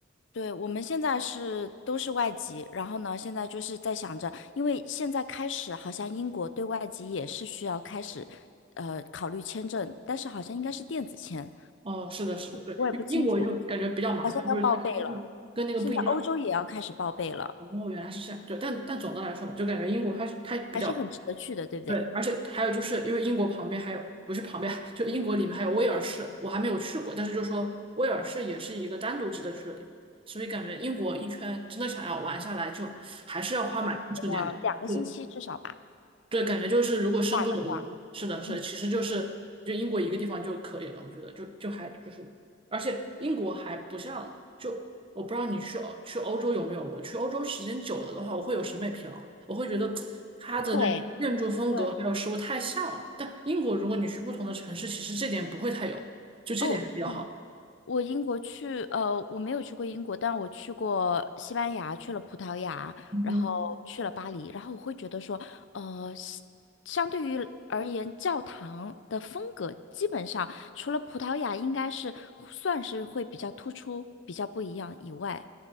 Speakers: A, on the left; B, on the right.
A: 对，我们现在是都是外籍，然后呢，现在就是在想着，因为现在开始好像英国对外籍也是需要开始，呃，考虑签证，但是好像应该是电子签，
B: 哦，是的，是的，对，
A: 我也不清楚，
B: 因为英国就感觉比较麻烦，
A: 好像要报备了。
B: 就是它的签证跟那个不一样。
A: 现在欧洲也要开始报备了，
B: 哦，原来是这样，对，但但总的来说嘛，就感觉英国它它比较
A: 还是很值得去的，对不对？
B: 对，而且还有就是因为英国旁边还有，不是旁边，就英国里面还有威尔士，我还没有去过，但是就说威尔士也是一个单独值得去的地方，所以感觉英国一圈真的想要玩下来，就还是要花蛮长时间的。
A: 要两个星期至少吧，
B: 对对，感觉就是如果深度一点的话，
A: 话的话，
B: 是的，是的，
A: 嗯，
B: 其实就是就英国一个地方就可以了，我觉得就就还就是，而且英国还不像就我不知道你去欧去欧洲有没有，我去欧洲时间久了的话，我会有审美疲劳，我会觉得它的那种建筑风格还有食物太像了。
A: 会，对，
B: 但英国如果你去不同的城市，其实这点不会太有，就这点还比较好，
A: 哦，我英国去，呃，我没有去过英国，但我去过西班牙，去了葡萄牙，
B: 嗯哼
A: 然后去了巴黎，然后我会觉得说，呃，西相对于而言，教堂的风格基本上除了葡萄牙应该是算是会比较突出、比较不一样以外，